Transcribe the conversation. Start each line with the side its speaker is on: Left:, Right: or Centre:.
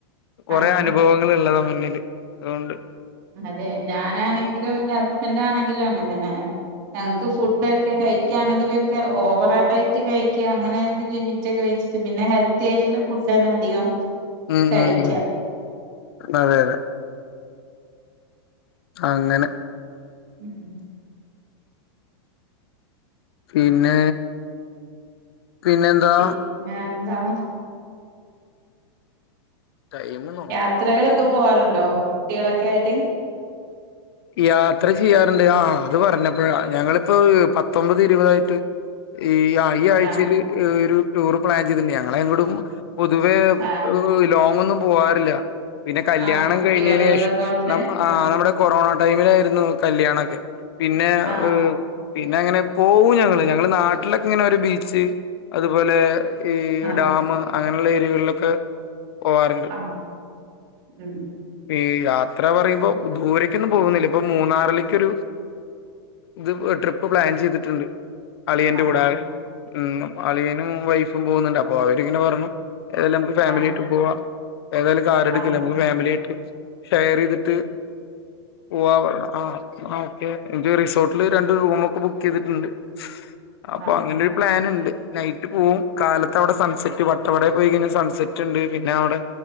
Left: കുറെ
Right: ആഹ്
Left: അനുഭവങ്ങൾള്ള നമ്മ ന്നില് അതുകൊണ്ട്
Right: അതെ ഞാനാണെങ്കിലും എന്റെ ഹസ്ബൻഡാണെങ്കിലും അങ്ങനെ തന്നാ ഞങ്ങക്ക് ഫുഡൊക്കെ കഴിക്കയാണെങ്കിലും ഒക്കെ ഓവറയിട്ട് കഴിക്കുക അങ്ങനെ ഒരു ലിമിറ്റൊക്കെ വെച്ചിട്ട് പിന്നെ ഹെൽത്തി ആയിട്ടില്ല ഫുഡന്നെ അധികം
Left: ഉം
Right: കഴിക്കാം
Left: ഉം ഉം അതെ അതെ അങ്ങനെ
Right: ഉം ഉ
Left: പിന്നെ പിന്നെന്താ
Right: പിന്നെ ആ
Left: ടൈം നോക്ക
Right: യാത്രകളൊക്കെ പോവാറുണ്ടോ കുട്ടികളൊക്കെ ആയിട്ട്
Left: യാത്ര ചെയ്യാറുണ്ട് ആ അത് പറഞ്ഞപ്പഴ ഞങ്ങളിപ്പോ പത്തൊമ്പത് ഇരുപതായിട്ട് ഈ ഈ ആഴ്ചയിൽ
Right: ആ
Left: ഒരു ടൂറ് പ്ലാ ചെയ്തിട്ടുണ്ട് ഞങ്ങളെങ്ങൊടും പൊതുവേ
Right: ആ
Left: ഏഹ് ലോങ്ങൊന്നും പോവാാറില്ല പിന്നെ കല്യാണം
Right: ആ കുട്ടികളുള്ളത്
Left: കഴിഞ്ഞേന് ശേഷം
Right: കൊണ്ട്
Left: ന ആ
Right: ഉം
Left: നമ്മടെ കൊറോണ ടൈമിലായിരുന്നു കല്യാണൊക്കെ പിന്നെ
Right: ആ
Left: ഏ പിന്നെ അങ്ങനെ പോവും ഞങ്ങള് ഞങ്ങള് നാട്ടിലൊക്കെ ഇങ്ങനെ ഒരു ബീച്ച് അതുപോലെ ഈ
Right: ആ
Left: ഡാമ് അങ്ങനെയുള്ള ഏരിയകളിലൊക്കെ പോവാറിണ്ട്
Right: ആ ഉം
Left: ഈ യാ യാത്ര പറയുമ്പോ ദൂരെക്കെന്നും പോവുന്നില്ല ഇപ്പ മൂന്നാറിലിക്കൊരു ഇത് ട്രിപ്പ് പ്ലാൻ ചെയ്തിട്ട്ണ്ട് അളിയന്റെ
Right: ആ
Left: കൂടെ ഉം അളിയനും വൈഫും പോവുന്നുണ്ട് അപ്പൊ അവരിങ്ങനെ പറഞ്ഞു ഏതായാലും നമുക്ക് ഫാമിലിയായിട്ട്
Right: ആ
Left: പോവാ ഏതായാലും കാറെടുക്കല്ലേ
Right: ആ
Left: നമുക്ക് ഫാമിലി ആയിട്ട് ഷെയർ ചെയ്തിട്ട് പോവാ പറഞ്ഞു ആ ആ എന്നിട്ട് റിസോർട്ടില് രണ്ട് റൂമൊക്കെ ബുക്ക് ചെയ്തിട്ടിണ്ട്. അപ്പൊ
Right: ആ
Left: അങ്ങനെ ഒരു പ്ലാനിണ്ട് നൈറ്റ് പോവും കാലത്ത് അവടെ സൺസെറ്റ് വട്ടവടെ പോയി കഴിഞ്ഞാ സൺസെറ്റ് ഇണ്ട് പിന്നെ അവടെ